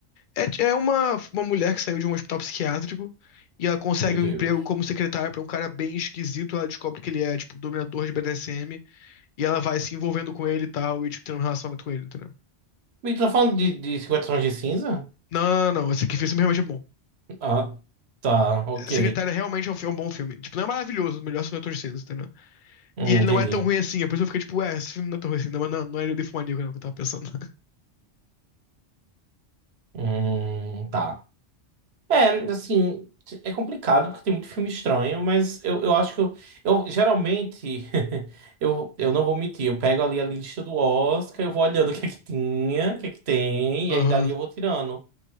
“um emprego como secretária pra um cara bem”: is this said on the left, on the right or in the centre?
Left